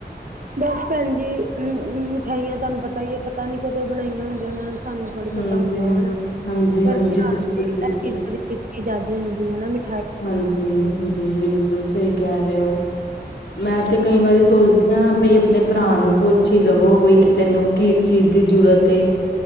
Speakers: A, on the right; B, on the left.
A: ਬਸ ਭੈਣ ਜੀ ਅਮ ਅਮ ਮਿਠਿਆਈਆਂ ਤੁਹਾਨੂੰ ਪਤਾ ਈ ਏ, ਪਤਾ ਨੀ ਕਦੋਂ ਬਣਾਈਆਂ ਹੁੰਦੀਆਂ ਉਹਨਾਂ ਨੇ। ਸਾਨੂੰ ਥੋੜੀ
B: ਹਾਂਜੀ
A: ਪਤਾ ਹੁੰਦਾ
B: ਹਾਂ
A: ਹ ਨਾ
B: ਹਾਂਜੀ
A: ਪਰ
B: ਹਾਂਜੀ
A: ਤਿਉਹਾਰ
B: ਬਿਲਕੁਲ
A: ਇਹ
B: ਬਿਲਕੁਲ
A: ਚੀਜ਼ਾਂ ਦੀ ਆਜ਼ਾਦੀ ਹੁੰਦੀ ਹ ਨਾ ਮਿੱ
B: ਹਾਂਜੀ ਹਾਂਜੀ ਬਿਲਕੁਲ ਸਹੀ ਕਹਿ ਰਹੇ ਓ ਮੈਂ ਤੇ ਕਈ ਵਾਰੀ ਸੋਚਦੀ ਹਾਂ ਬਈ ਆਪਣੇ ਭਰਾ ਨੂੰ ਪੁੱਛ ਹੀ ਲਵੋ ਬਈ ਕਿ ਤੈਨੂੰ ਕਿਸ ਚੀਜ਼ ਦੀ ਜ਼ਰੂਰਤ ਏ